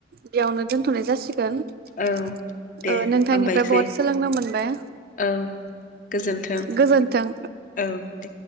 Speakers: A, on the right (about 55°); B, on the left (about 45°).
A: बेयावनो दोनथ'नाय जासिगोन। गोन
B: औ दे
A: ओ नोंथांनिफ्राय
B: हामबायसै
A: बहत सोलोंनो मोनबाय
B: औ गोजोन्थों
A: गोजोन्थों।
B: औ दे।